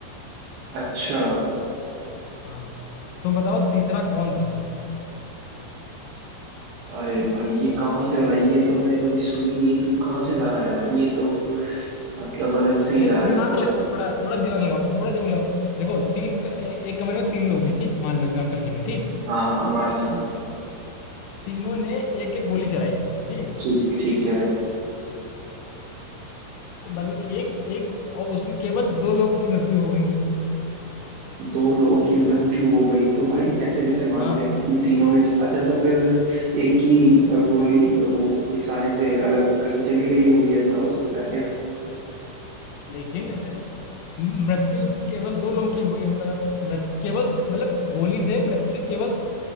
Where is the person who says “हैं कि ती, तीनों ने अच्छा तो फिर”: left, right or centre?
Right